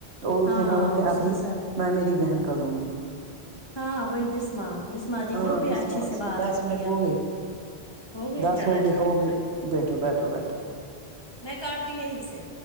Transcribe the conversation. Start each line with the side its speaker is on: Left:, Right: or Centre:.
Right: اور اس
Left: ہاں
Right: نے بولا میں
Left: اس
Right: اپنی
Left: کے ساتھ
Right: میں مامیری بہن کا کر دوں گی
Left: ہاں وہی بسما بسما دی
Right: ہاں
Left: وہ بھی
Right: بسما
Left: اچھے سے
Right: اس
Left: بات
Right: کو دس
Left: کرتی
Right: منٹ
Left: ہے
Right: ہو گئے
Left: ہو گئے
Right: دس
Left: چلو
Right: ہو
Left: چلو
Right: ہو گئے بیٹھو بیٹھو بیٹھو
Left: میں کاٹتی ہوں یہیں سے